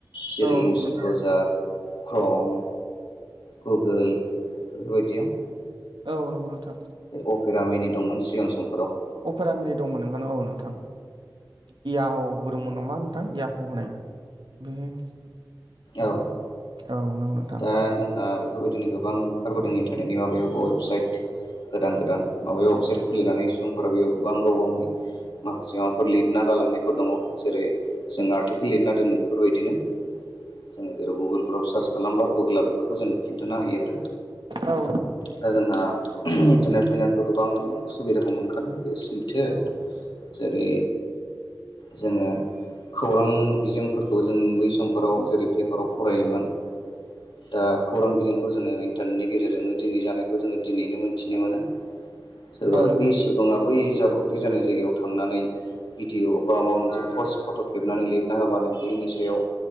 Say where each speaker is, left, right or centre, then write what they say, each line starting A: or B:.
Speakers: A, on the left; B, on the right.
A: जेरै
B: औ नंगौ
A: इउसिप्रजार
B: नोंथां
A: क्रम, गुगोल बेफोरबायदियाव
B: औ नंगौ नोंथां।
A: अपेरामेनि दंमोन सिगां सम।
B: अपेरामेनि दंमोन नोंगौ औ नोंथां। इयाह'बो दंमोन नामा नोंथां इयाह' होननाय बे-
A: औ
B: औ नंगौ नोंथां
A: दा जोंहा बेफोरबायदिनो गोबां ओंखारबोदों इन्टारनेटनि माबायावबो वेबसाइट गोदान-गोदान। माबायाव वेबसाइट खुलिनानै सुबुंफोरा बेयाव गोबां गाव-गावनि माखासे माबाफोर लिरना गालांनाय फोर दङ। जेरै जों आर्टिकेल लिरना दोनो बेफोरबायदिनो। जोङो जेराव गुगोलफ्राव सार्च खालामबा गुगोला बेफोर खौ जोंनो खिन्थाना होयो आरो।
B: औ
A: दा जोंहा इन्टारनेट फैनानैथ' गोबां सुबिदाखौ मोनखादों बे सैथो।
B: औ
A: जेरै जोङो खौरां बिजोंफोरखौ जों बै समफोराव जेरै पेपाराव फरायोमोन दा खौरां बिजोंखौ जोङो इन्टारनेटनि गेजेरजोंनो दिनै जानायखौ जोङो दिनैनो मिन्थिनो मोनो। सोरबा
B: औ नंगौ
A: बै सुबुंआ बै जाब्रबथाय जानाय जायगायाव थांनानै भिडिअ बा माबा मोनसे पस्ट, फट' खेबनानै लिरना होबानो बेनि सायाव